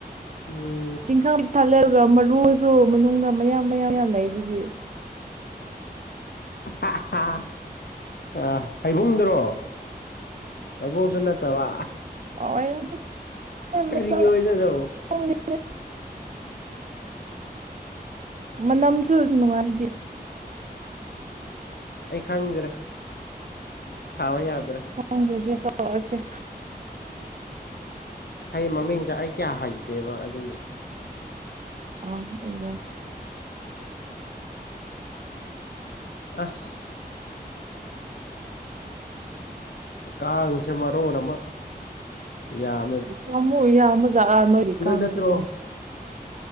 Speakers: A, on the left; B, on the right.
A: ꯎꯝ
B: ꯇꯤꯡꯈꯪ ꯄꯤꯛ ꯊꯥꯂꯛꯑꯒ ꯃꯔꯨꯁꯨ ꯃꯅꯨꯡꯗ ꯃꯌꯥꯝ ꯃꯌꯥꯝ ꯌꯥꯝ ꯂꯩ ꯑꯗꯨꯗꯤ
A: ꯍꯥ ꯍꯥ ꯍꯩꯕꯨꯡꯗ꯭ꯔꯣ ꯍꯥꯏꯕꯨꯡꯁꯨ ꯅꯠꯇꯕ
B: ꯍꯥꯎꯋꯦ ꯌꯥꯝ
A: ꯀꯔꯤ
B: ꯃꯁꯛ
A: ꯑꯣꯏꯗꯅꯣ
B: <unintelligible> ꯃꯅꯝꯁꯨ ꯅꯨꯡꯉꯥꯏꯗꯤ
A: ꯑꯩ ꯈꯪꯗ꯭ꯔꯦ ꯁꯥꯕ ꯌꯥꯗ꯭ꯔꯦ
B: ꯍꯗꯖꯤ ꯇꯁꯦ
A: ꯍꯩ ꯃꯃꯤꯡꯁꯦ ꯑꯩ ꯀꯌꯥ ꯍꯩꯇꯦꯕ ꯑꯗꯨꯒꯤ
B: <unintelligible>
A: ꯑꯁ ꯀꯥꯡꯁꯦ ꯃꯔꯣꯟ ꯑꯃ ꯌꯥ
B: ꯌꯥꯝꯃꯨ ꯌꯥꯝꯃ ꯆꯂꯥ ꯅꯣꯔꯤ ꯀꯥꯡꯁꯤꯗꯣ
A: ꯅꯠꯇ꯭ꯔꯣ